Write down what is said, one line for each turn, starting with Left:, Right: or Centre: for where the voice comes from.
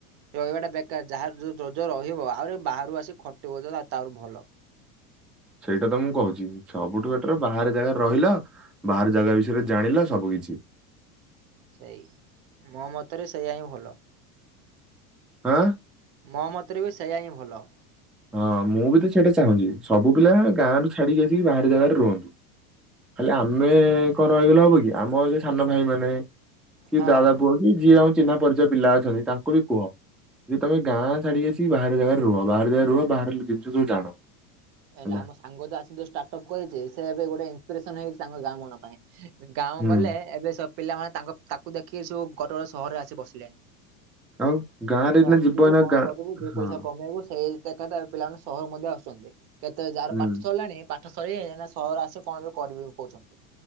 Right: ରହିବା ଟା ବେକାର ଯାହାର ଯୋଉ ଯୋଜ ରହିବ ଆହୁରି ବାହାରୁ ଆସି ଖଟିିବ। <unintelligible> ତାର ଭଲ।
Centre: ସେଇଟା ତ ମୁଁ କହୁଛି ସବୁଠୁ
Right: ହଁ।
Centre: ବେଟର ବାହାରେ ଜାଗାରେ ରହିଲ ବାହାର ଜାଗା ବିଷୟରେ ଜାଣିଲ ସବୁ କିଛି
Right: ସେଇ ମୋ ମତରେ ସେୟା ହିଁ ଭଲ।
Centre: ଆଁ।
Right: ମୋ ମତରେ ବି ସେଇୟା ହିଁ ଭଲ।
Centre: ହଁ ମୁଁ ବି ତ ସେଇଟା ଚାହୁଁଛି ସବୁ ପିଲା ଗାଁରୁ ଛାଡିକି ଆସିକି ବାହାର ଜାଗାରେ ରୁହନ୍ତୁ। ଖାଲି ଆମେ କଣ ରହିଗଲେ ହବ କି ଆମ ଏ ସାନ ଭାଇ ମାନେ କି
Right: ହଁ।
Centre: ଦାଦା ପୁଅ କି ଯିଏ ହଉ ଚିହ୍ନା ପରିଚୟ ପିଲା ଅଛନ୍ତି ତାଙ୍କୁ ବି କୁହ ଯେ ତମେ ଗାଁ ଛାଡିକି ଆସି ବାହାର ଜାଗାରେ ରୁହ ବାହାର ଜାଗାରେ ରୁହ ବାହାର ଜିନିଷ ସବୁ ଜାଣ।
Right: ହେଲେ
Centre: ହେଲା
Right: ଆମ ସାଙ୍ଗ ଯ ଯୋଉ ଷ୍ଟାର୍ଟ ଅପ୍ କରିଛି ସେ ଏବେ ଗୋଟେ ଇସପିରେସନ ହେଇଛି ସାଙ୍ଗ ଗାଁ ମାନଙ୍କ ପାଇଁ। ଗାଁକୁ
Centre: ହୁଁ
Right: ଗଲେ ଏବେ ସବୁ ପିଲାମାନେ ତାଙ୍କ ତାକୁ ଦେଖିକି ସବୁ ଗୋଟ ଗୋଟେ ସହରରେ ଆସି ବସିଲେଣି।
Centre: ଆଉ ଗାଁରେ
Right: ସହର
Centre: ଏଇନା ଯିବ
Right: ଯିବୁ
Centre: ଏଇନା
Right: କଣ
Centre: ଗାଁ
Right: କରିବୁ ଦି
Centre: ହଁ
Right: ପଇସା କମେଇବୁ ସେଇ କେତେଟା ପିଲାମାନେ ସହର ମଧ୍ୟ ଆସୁଛନ୍ତି କେତେ ଯାହାର
Centre: ହୁଁ
Right: ପାଠ ସରିଲାଣି ପା ପାଠ ସରିଲାଣି ସହର ଆସେ କଣ ବି କରିବେ କହୁଛନ୍ତି।